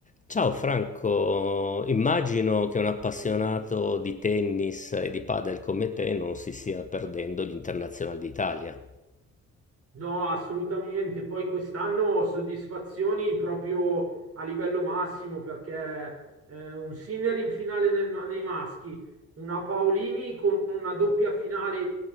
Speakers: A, on the left; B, on the right.
A: Ciao Franco, immagino che un appassionato di tennis e di padel come te non si stia perdendo gli internazionali d'Italia.
B: No, assolutamente. Poi quest'anno soddisfazioni proprio a livello massimo perché eh, un Sinner in finale nel ma- nei maschi, una Paolini con una doppia finale,